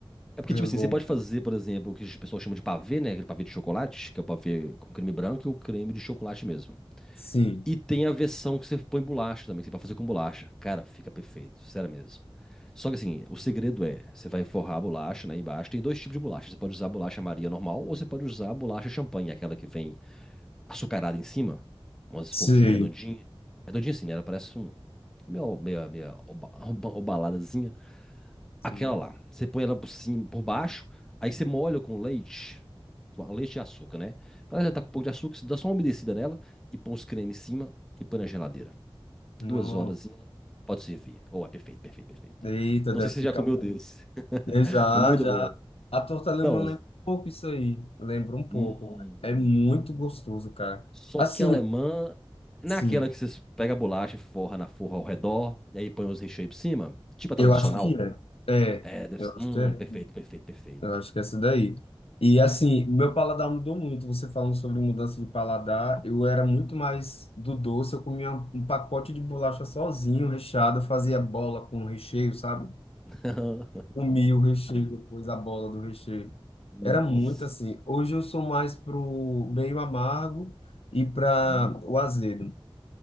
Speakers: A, in the centre; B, on the left (about 85°).
A: É porque,
B: É
A: tipo assim,
B: bom.
A: você pode fazer, por exemplo, o que o pessoal chama de pavê, né? Aquele pavê de chocolate, que é o pavê com creme branco e o creme de chocolate mesmo.
B: Sim,
A: E tem a versão que você põe bolacha também, que você pode fazer com bolacha. Cara, fica perfeito, sério mesmo. Só que assim, o segredo é, você vai forrar a bolacha, né, embaixo. Tem dois tipos de bolacha. Você pode usar a bolacha Maria normal ou você pode usar a bolacha champanhe, aquela que vem açucarada em cima, umas
B: sim,
A: fofinhas redondinhas. Redondinha assim, né? Ela parece um meio meio, meio oba, oba- obaladazinha.
B: sim.
A: Aquela lá. Você põe ela por cima, por baixo, aí você molha com leite, com leite e açúcar, né? Ela já tá com um pouco de açúcar, você dá só uma umedecida nela e põe os cremes em cima e põe na geladeira. Duas
B: Não,
A: horas, pode servir. Oh, é perfeito, perfeito, perfeito.
B: eita,
A: Não
B: deve
A: sei se você
B: ficar
A: já comeu
B: bom.
A: desse. <laughs>
B: E já,
A: É muito
B: já.
A: bom.
B: A torta alemã
A: Não,
B: lembra um pouco isso aí. Lembra um pouco.
A: hum,
B: É muito gostoso, cara.
A: só
B: Assim,
A: que a alemã, naquela
B: sim,
A: que você pega a bolacha e forra na forra ao redor, e aí põe os recheios por cima, tipo a
B: eu
A: tradicional.
B: acho que é. É,
A: É, deve
B: eu
A: ser.
B: acho
A: Hum,
B: que é.
A: perfeito, perfeito, perfeito.
B: Eu acho que é essa daí. E assim, meu paladar mudou muito. Você falando sobre mudança de paladar, eu era muito mais do doce. Eu comia um pacote de bolacha sozinho, recheado, eu fazia bola com recheio, sabe?
A: <laughs>
B: Comia o recheio, depois a bola do recheio.
A: Nossa.
B: Era muito assim. Hoje eu sou mais pro meio amargo e para
A: Hum,
B: o azedo.